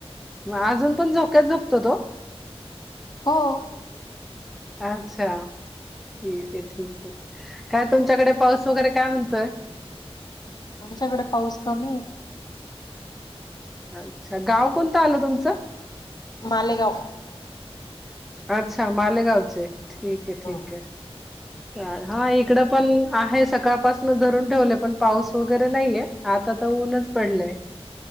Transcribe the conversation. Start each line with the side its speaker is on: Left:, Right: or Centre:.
Centre: मग अजून पण झोक्यात झोपतो तो?
Left: हो.
Centre: अच्छा. ठीक आहे ठीक आहे काय तुमच्याकडे पाऊस वगैरे काय म्हणतोय?
Left: आमच्याकडे पाऊस कमी आहे.
Centre: अच्छा गाव कोणतं आलं तुमचं.
Left: मालेगाव.
Centre: अच्छा मालेगावचे ठीक आहे, ठीक
Left: हो
Centre: आहे हा एक इकडे पण आहे सकाळपासनं धरून ठेवलयं पण पाऊस वगैरे नाहीये, आता तर ऊनच पडलंय. <inaudible>